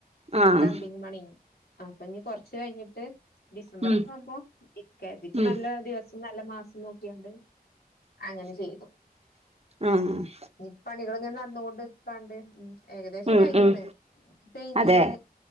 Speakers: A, on the right (about 40°); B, on the left (about 75°).
A: ആഹ്
B: പ്ലെമ്പിങ് പണി അപ്പൊ നീ കൊറച്ച് കഴിഞ്ഞിട്ട് ഡിസംബർ
A: ഉം
B: ഒക്കെ ആവുമ്പോ ഇരിക്കതി ഇപ്പ
A: ഉം
B: നല്ല ദിവസം നല്ല മാസം നോക്കിയണ്ട് അങ്ങനെ ചെയ്തു
A: ആഹ
B: ഇ പണികള ഇങ്ങനെ നടന്നൊണ്ട് കണ്ട് ഉ ഏകദേശം
A: ഉം
B: കഴിഞ്ഞണ്
A: ഉം
B: പെയിന്റിങ്
A: അതെ